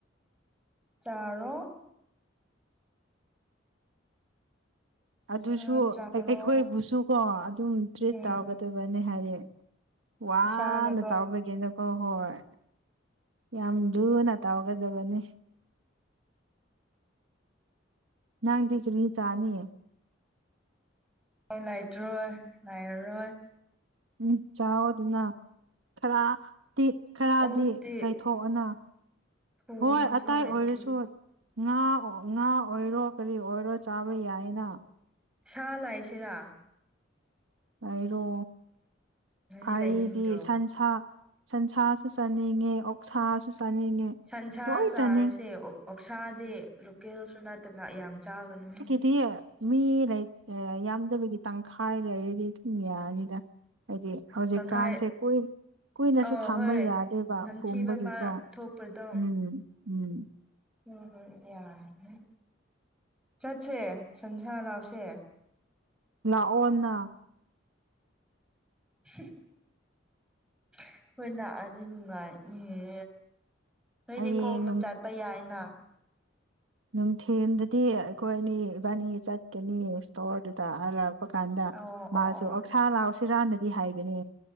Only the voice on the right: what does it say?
ꯑꯗꯨꯁꯨ
ꯑꯩ ꯑꯩꯈꯣꯏꯕꯨꯁꯨ ꯀꯣ ꯑꯗꯨꯝ ꯇ꯭ꯔꯤꯠ
ꯇꯧꯒꯗꯕꯅꯤ ꯍꯥꯏꯌꯦ ꯋꯥꯅ
ꯇꯧꯕꯒꯤꯅꯨ ꯍꯣ ꯍꯣꯏ ꯌꯥꯝ ꯂꯨꯅ ꯇꯧꯒꯗꯕꯅꯤ ꯅꯪꯗꯤ ꯀꯔꯤ ꯆꯥꯅꯤ
ꯎꯝ ꯆꯥꯎꯑꯣꯗꯅ ꯈꯔ ꯇꯤ ꯈꯔꯗꯤ
ꯀꯥꯏꯊꯣꯛꯑꯣꯅ
ꯍꯣꯏ ꯑꯇꯥꯏ
ꯑꯣꯏꯔꯁꯨ ꯉꯥ ꯉꯥ ꯑꯣꯏꯔꯣ ꯀꯔꯤ ꯑꯣꯏꯔꯣ ꯆꯥꯕ ꯌꯥꯏꯌꯦꯅ
ꯂꯩꯔꯣ
ꯑꯩꯗꯤ
ꯁꯟꯁꯥ ꯁꯟꯁꯥꯁꯨ ꯆꯥꯅꯤꯡꯉꯦ ꯑꯣꯛꯁꯥꯁꯨ ꯆꯥꯅꯤꯡꯉꯦ
ꯂꯣꯏ
ꯆꯥꯅꯤꯡ
ꯇꯤꯌꯦ ꯃꯤ ꯂꯩ ꯑꯥ ꯌꯥꯝꯗꯕꯒꯤ ꯇꯪꯈꯥꯏ ꯂꯩꯔꯗꯤ ꯑꯗꯨꯝ ꯌꯥꯔꯅꯤꯗ ꯍꯥꯏꯗꯤ ꯍꯧꯖꯤꯛꯀꯥꯟꯁꯦ
ꯀꯨꯏ ꯀꯨꯏꯅꯁꯨ
ꯊꯥꯝꯕ
ꯌꯥꯗꯦꯕ
ꯄꯨꯝꯕꯒꯤꯀꯣ
ꯎꯝ ꯎꯝ
ꯂꯥꯛꯑꯣꯅ
ꯍꯌꯦꯡ
ꯅꯨꯡꯊꯦꯝꯗꯗꯤ ꯑꯩꯈꯣꯏ ꯑꯅꯤ ꯏꯕꯥꯅꯤ ꯆꯠꯀꯥꯅꯤ ꯏꯁꯇꯣꯔꯗꯨꯗ ꯑꯔꯥꯞ ꯄꯀꯥꯟꯗ
ꯃꯥꯁꯨ
ꯑꯣꯛꯁꯥ ꯂꯥꯎꯁꯤꯔꯥꯅꯗꯤ ꯍꯥꯏꯕꯅꯦ